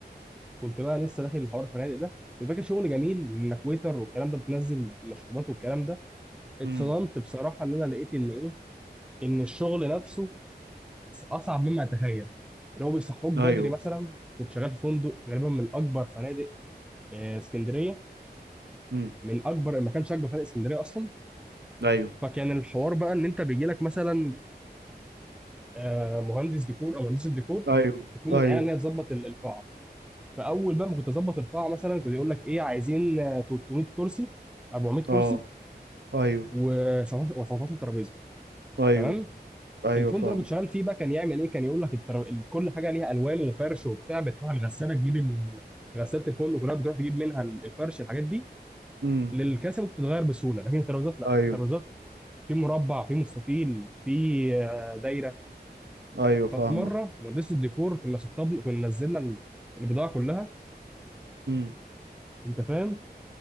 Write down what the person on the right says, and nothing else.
امم
ايوه
امم
ايوه
ايوه
ايوه
اه ايوه
ايوه
ايوه
فاهم
امم
ايوه
ايوه فاهمك
امم